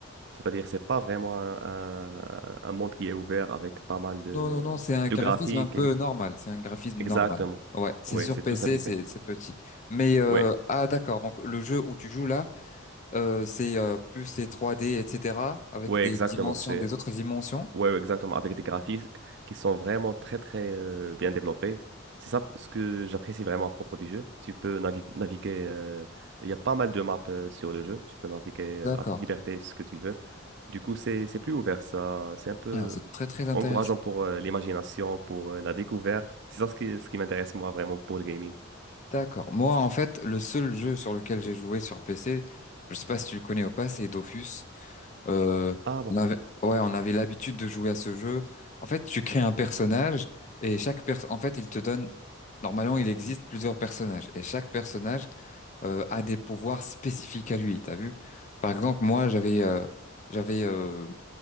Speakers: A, on the right (about 50°); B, on the left (about 35°).
A: C'est-à-dire, c'est pas vraiment un, un- un monde qui est ouvert avec pas mal de,
B: Non, non, non, c'est un
A: de
B: graphisme
A: graphiques
B: un peu
A: et tout.
B: normal, c'est un graphisme
A: Exactement.
B: normal. Ouais, c'est
A: Oui,
B: sur
A: c'est
B: PC,
A: tout simplifié.
B: c'est c'est petit. Mais euh,
A: Oui, ouais,
B: ah d'accord, donc le jeu où tu joues là, euh, c'est euh, plus c'est 3D, etc. avec
A: ouais,
B: des
A: exactement.
B: dimensions,
A: C'est
B: des autres dimensions.
A: Ouais, ouais, exactement, avec des graphismes qui sont vraiment très, très euh, bien développés. C'est ça ce que j'apprécie vraiment à propos du jeu. Tu peux nagui- naviguer, euh, il y a pas mal de maps euh, sur le jeu, tu peux naviguer euh,
B: D'accord.
A: avec liberté ce que tu veux. Du coup, c'est, c'est plus ouvert, ça, c'est un peu
B: Ah, c'est très très intéressant.
A: encourageant pour euh, l'imagination, pour euh, la découverte. C'est ça ce qui, ce qui m'intéresse moi vraiment pour le gaming.
B: D'accord. Moi, en fait, le seul jeu sur lequel j'ai joué sur PC, je sais pas si tu le connais ou pas, c'est Dofus. Euh,
A: Ah bon?
B: on avait, ouais, on avait l'habitude de jouer à ce jeu. En fait, tu crées un personnage et chaque personne, en fait, il te donne. Normalement, il existe plusieurs personnages et chaque personnage euh, a des pouvoirs spécifiques à lui. T'as vu? Par exemple, moi, j'avais, euh, j'avais, euh,